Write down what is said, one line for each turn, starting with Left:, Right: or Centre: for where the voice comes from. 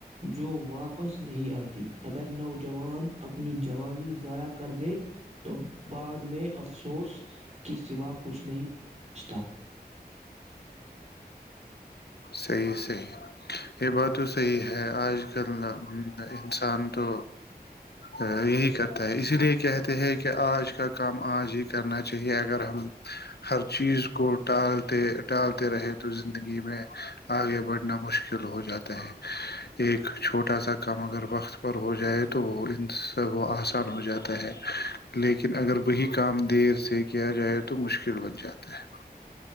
Right: جو واپس نہیں آتے اگر نوجوان اپنی جوانی ضائع کر دے تو بعد میں افسوس کے سوا کچھ نہیں پوچتا
Left: صحیح صحیح یہ بات تو صحیح ہے آج کل انسان تو یہی کرتا ہے اسی لیے کہتے ہے کہ آج کا کام آج ہی کرنا چاہیے اگر ہم ہر چیز کو التے ڈالتے رہے تو زندگی میں آگے بڑھنا مشکل ہو جاتا ہے ایک چھوٹا سا کام اگر وقت پر ہو جائے تو وہ ان سب وہ آسان ہو جاتا ہے لیکن اگر وہی کام دیر سے کیا جائے تو مشکل بن جاتا ہے